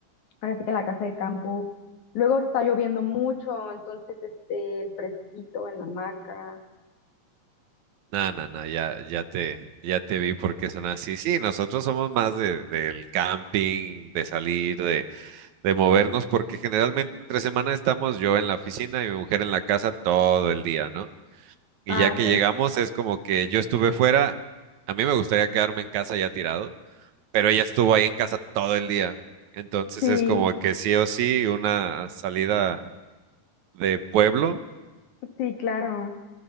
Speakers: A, on the left; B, on the right.
A: ahora sí que la casa de campo. Luego está lloviendo mucho, entonces este, el fresquito en la hamaca.
B: No, no, no, ya, ya te, ya te vi porque son así. Sí, nosotros somos más de, del camping, de salir, de, de movernos, porque generalmente entre semana estamos yo en la oficina y mi mujer en la casa todo el día, ¿no? Y
A: Ah,
B: ya que
A: ok.
B: llegamos, es como que yo estuve fuera, a mí me gustaría quedarme en casa ya tirado, pero ella estuvo ahí en casa todo el día. Entonces
A: Sí,
B: es como que sí o sí una salida de pueblo
A: sí, claro.